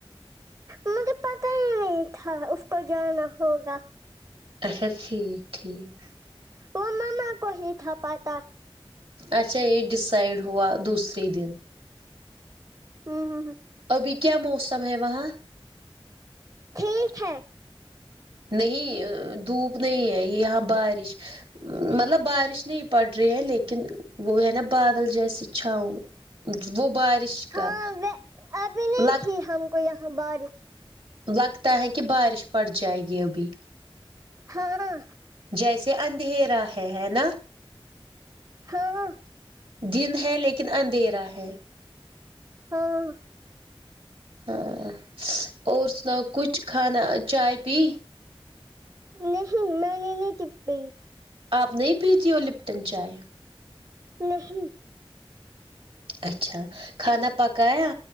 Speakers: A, on the right; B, on the right.
A: مجھے پتا ہی نہیں تھا اس کو جانا ہوگا
B: اچھا ٹھیک ٹھیک
A: وہ ماما کو ہی تھا پاتا
B: اچھا یہ ڈسائڈ ہوا دوسرے دن
A: ہوں ہوں ہم
B: ابھی کیا موسم ہے وہاں
A: ٹھیک ہے
B: نہیں دھوپ نہیں ہے یہ یہاں بارش مطلب بارش نہیں پڑ رہی ہے لیکن وہ ہے نا بادل جیسی چھاؤں وہ بارش کا
A: ہاں ابھی نہیں
B: لگ
A: تھی ہم کو یہاں بارش
B: لگتا ہے کہ بارش پڑ جائے گی ابھی
A: ہاں
B: جیسے اندھیرا ہے ہے نا
A: ہاں
B: دن ہے لیکن اندھیرا ہے
A: ہاں
B: ہاں اور سناؤ کچھ کھانا چائے پی
A: نہیں میں نے نہیں پی
B: آپ نہیں پیتی ہو لپٹن چائے
A: نہیں
B: اچھا کھانا پکایا